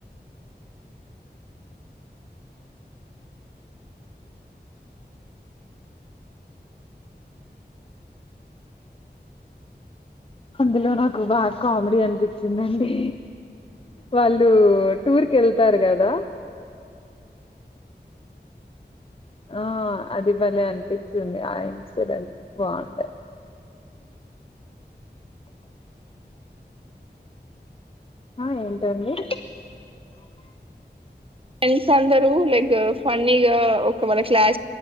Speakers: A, on the left; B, on the right.
A: అందులో నాకు బాగా కామిడీ అనిపించిందండి వాళ్ళు టూర్ కెల్తారు కదా
B: ఆ
A: ఆ అది భలే అనిపించింది ఆ ఇన్సిడెంట్ బావుండే ఆ ఏంటండి
B: ఫ్రెండ్స్ అందరూ లైక్ ఫన్నీగా ఒక వాల క్లాస్